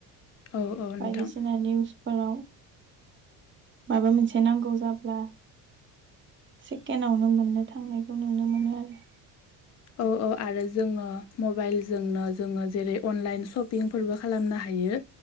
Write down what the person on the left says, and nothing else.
औ औ
नोंथां
औ औ आरो जोङो मबाइलजोंनो जोङो जेरै अनलाइन सपिं फोरबो खालामनो हायो